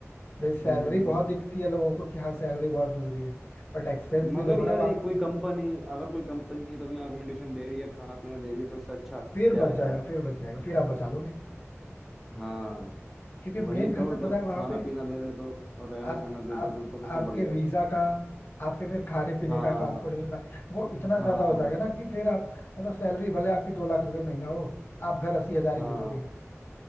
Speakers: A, on the left; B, in the centre.
A: जैसे सैलरी
B: हम्म
A: बहुत दिखती है लोगों को कि हाँ सैलरी बहुत मिल रही है बट एक्सपेंस भी
B: मगर
A: देखो
B: यार
A: ना वहां
B: एक कोई
A: पे
B: कंपनी अगर कोई कंपनी तो मैं अकोमोडेशन दे रही है खाना पीना दे रही है तो उससे अच्छा
A: फिर
B: क्या
A: बच
B: है
A: जाएगा
B: यार
A: फिर बच जाएगा फिर आप बचा लोगे
B: हाँ
A: क्योंकि
B: वही
A: मेन
B: तो
A: खर्चा पता
B: जब
A: है वहां
B: खाना
A: पे
B: पीना दे दे तो और रहना
A: आप
B: सहना दे दे
A: आप
B: तो, तो सबसे
A: आपके
B: बढ़िया
A: वीजा
B: है
A: का आपके फिर खाने पीने
B: हाँ
A: का ट्रांसपोर्टेशन का वो इतना
B: हाँ
A: ज्यादा हो जाएगा ना कि फिर आप मतलब सैलरी भले आपकी दो लाख रुपए महीना हो आप घर अस्सी हजार ही
B: हाँ
A: भेजोगे